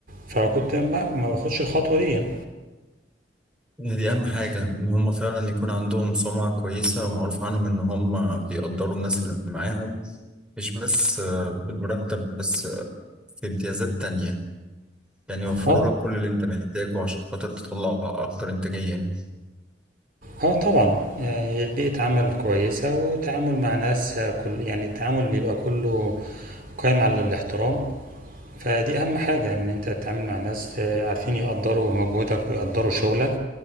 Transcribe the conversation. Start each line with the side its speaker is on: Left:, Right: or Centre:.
Right: فكنت ما ما باخدش الخطوة دي يعني.
Centre: دي أهم حاجة إن هم فعلا يكون عندهم سمعة كويسة ومعروف عنهم إن هم بيقدروا الناس اللي معاهم مش بس آه، بالمرتب بس في امتيازات تانية يعني يوفروا
Right: اه
Centre: لك كل اللي انت محتاجه عشان خاطر تطلع اكتر انتاجية
Right: اه طبعا يعني بيئة عمل كويسة وتعامل مع ناس آه، كل يعني التعامل بيبقى كله قايم على الاحترام فدي اهم حاجة ان انت تتعامل مع ناس آه، عارفين يقدروا مجهودك ويقدروا شغلك